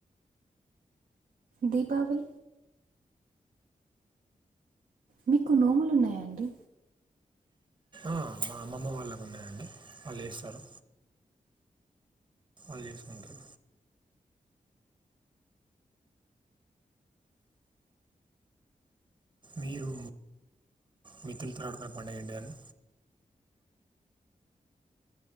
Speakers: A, on the right; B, on the right.
A: దీపావళి మీకు నోములు ఉన్నాయాండి
B: ఆ మా అమ్మమ్మ వాళ్ళకు ఉన్నాయండి వాళ్ళు చేస్తారు వాళ్ళు చేసుకుంటారు మీరు మిత్రులతో ఆడుకునే పండుగ ఏంటిదండి